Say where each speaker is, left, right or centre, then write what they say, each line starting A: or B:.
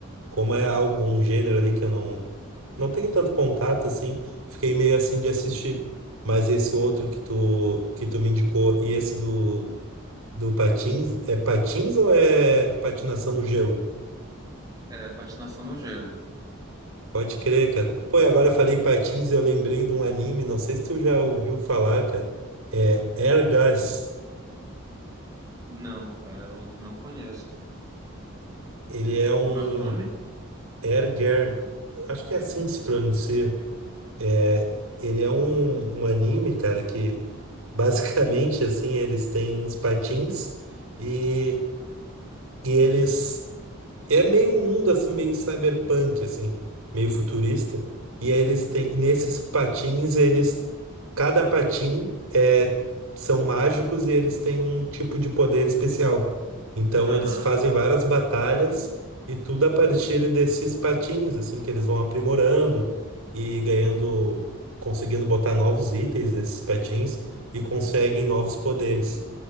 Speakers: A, on the right (about 80°); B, on the right (about 15°).
A: como é algo, um gênero ali que eu não não tenho tanto contato assim, fiquei meio assim de assistir. Mas esse outro que tu que tu me indicou e esse do do patins, é patins ou é patinação no gelo?
B: É, patinação no gelo.
A: Pode crer, cara. Pô, e agora eu falei patins, eu lembrei de um anime, não sei se tu já ouviu falar, cara. É Ergas.
B: Não, cara, eu não conheço.
A: Ele é um
B: Como é o nome?
A: Erger. Acho que é assim que se pronuncia. É, Ele é um, um anime, cara, que basicamente assim, eles têm uns patins e, e eles É meio um mundo assim, meio cyberpunk, assim, meio futurista. E aí eles têm, nesses patins, eles, cada patim é, são mágicos e eles têm um tipo de poder especial. Então
B: Aham,
A: eles fazem várias batalhas e tudo a partir desses patins, assim, que eles vão aprimorando e ganhando, conseguindo botar novos itens nesses patins e conseguem novos poderes.